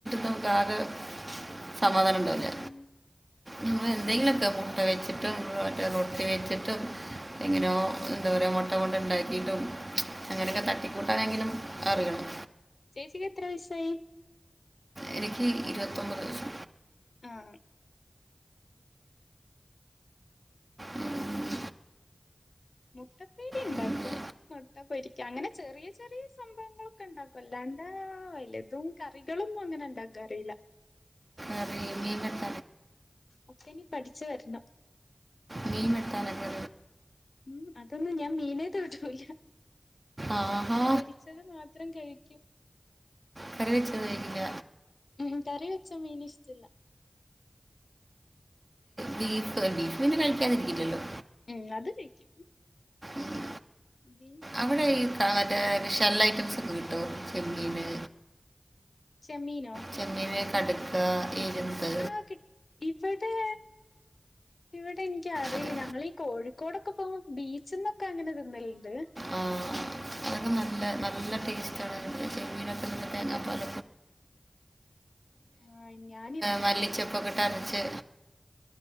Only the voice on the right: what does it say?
നമുക്ക് ആകെ സമാധാനം ഉണ്ടാവൂല
നമ്മളന്തെങ്കിലുംക്കെ മുട്ട കയ്ച്ചിട്ടും മറ്റേ റൊട്ടി കഴിച്ചിട്ടും എങ്ങനോ എന്താ പറയ മുട്ട കൊണ്ട ണ്ടാക്കിയിട്ടും അങ്ങനൊക്കെ തട്ടിക്കൂട്ടാനെങ്കിലും
അറിയണം
എനിക്ക് ഇരുപത്തൊമ്പത് വയസ്സ്
ഉം.
പിന്നെ
അറി മീ <unintelligible>
മീൻ വെക്കാനോക്കെ
ആഹാ
കറിവച്ചത് <unintelligible> ഞ്ഞ
ബീഫ് ബീഫ് പിന്നെ കഴിക്കാതിരിക്കില്ലല്ലോ
ഉം.
അവിടെ ഈ ക മറ്റേ ഷെല്ല ഐറ്റംസ് ഒക്കെ കിട്ടോ ചെമ്മീന്
ചെമ്മീൻ കട്ക്ക എരുന്ത്
അതെ
അഹ് അത് നല്ല നല്ല ടേസ്റ്റാണ് അത് ചെമ്മീനൊക്കെ നല്ല തേങ്ങാപ്പാൽ
മല്ലിചെപ്പൊക്കെയിട്ട് അരച്ച്